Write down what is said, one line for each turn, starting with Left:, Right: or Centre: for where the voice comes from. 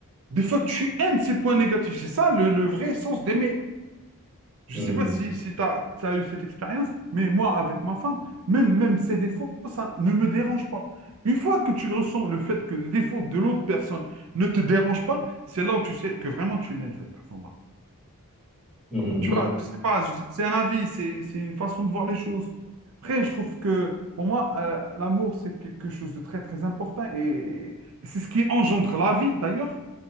Right: Des fois, tu aimes ses points négatifs. C'est ça le, le vrai sens d'aimer. Je
Centre: Hmm,
Right: sais pas si, si tu as, eu cette expérience, mais moi, avec ma femme, même, même ses défauts, ça ne me dérange pas. Une fois que tu ressens le fait que le défaut de l'autre personne ne te dérange pas, c'est là où tu sais que vraiment tu l'aimes, cette personne-là.
Centre: hmm,
Right: Tu
Centre: oui.
Right: vois, je sais pas, je- c'est un avis, c'est, c'est une façon de voir les choses. Après, je trouve que pour moi, euh, l'amour, c'est quelque chose de très, très important et c'est ce qui engendre la vie, d'ailleurs.